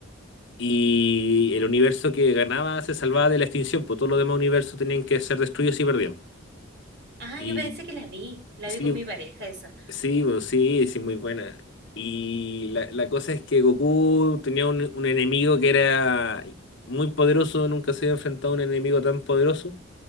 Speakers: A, on the left; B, on the right.
A: Y el universo que ganaba se salvaba de la extinción, pues todos los demás universos tenían que ser destruidos y perdían.
B: Ah,
A: Y
B: yo parece que la vi, la
A: sí,
B: vi con mi pareja esa.
A: sí, pues, sí, sí, muy buena. Y la, la cosa es que Goku tenía un, un enemigo que era muy poderoso, nunca se había enfrentado a un enemigo tan poderoso.